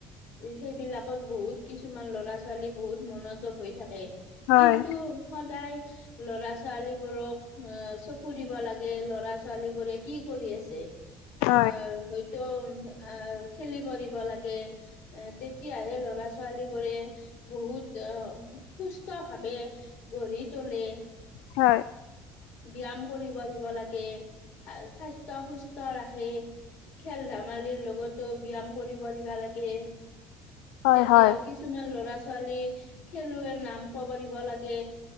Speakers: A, on the left (about 65°); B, on the left (about 80°).
A: সেইবিলাকত বহুত বহুত কিছুমান ল'ৰা-ছোৱালী বহুত মনোযোগ হৈ থাকে
B: হয়
A: কিন্তু সদায় লৰা-ছোৱালীবোৰক চকু দিব লাগে। লৰা-ছোৱালী বোৰে কি কৰি কৰি আছে।
B: <unintelligible>
A: অ, হয়তো আহ খেলি পৰিব লাগে এ তেতিয়াহে ল'ৰা-ছোৱালী ছোৱালীবোৰে বহুত অহ সুস্থ ভাৱে গঢ়ি তোলে
B: হয়।
A: ব্যায়াম কৰিব দিব লাগে, স্বাস্থ্য সুস্থ ৰাখে। খেল ধেমালীৰ তো ব্যায়াম কৰিব লিবা লাগে
B: হয়
A: তেতিয়া
B: হয়
A: কিছুমান ল'ৰা ছোৱালী ছোৱালী খেলুৱৈৰ নাম কব দিব লাগে